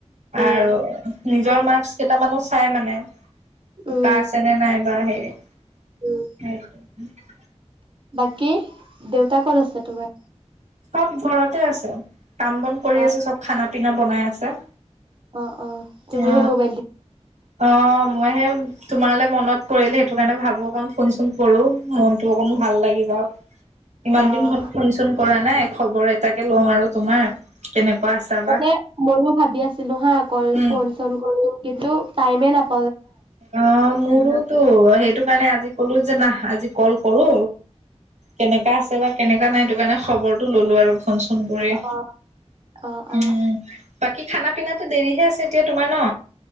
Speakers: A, on the right; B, on the right.
A: উম
B: আৰু নিজৰ মাৰ্কচ কেইটামানো। চাই মানে। শুকা
A: উম
B: আছে নে নাই বা হেৰি।
A: উম
B: <unintelligible> সেইটো।
A: বাকী। দেউতা ক'ত আছে তোমাৰ।
B: সব ঘৰতে আছে। কাম বন কৰি
A: অ
B: আছো চব খানা। পনা বনাই আছে।
A: অহ। অ তুমিহে
B: অ
A: মোবাইল দি।
B: অ মইহে তোমাৰাল মনত পৰিল সেইটো। কাৰণে ভাবো অকণ ফোন চোন কৰো মনটো অকণ ভাল লাগি যাওক। ইমান
A: অ',
B: দিন হল ফোন চোন কৰা নাই খবৰ এটাকে লও আৰু তোমাৰ কেনেকুৱা আছা বা
A: মানে ময়ো ভাবি আছিলো হা আকৌ
B: উম
A: ফোন চোন কৰিম কিন্তু টাইমে নাপ
B: অ মোৰ তো সেই টো কাৰণে আজি কলো যে না আজি কল কৰো কেনেকা আছে বা কেনেকা নাই সেইটো কাৰণে খবৰটো ললো আৰু ফোন চোন কৰি
A: অ', অ',
B: উম
A: অ',
B: বাকী খানা পিনাতো দেৰিহে আছে এতিয়া তোমাৰ ন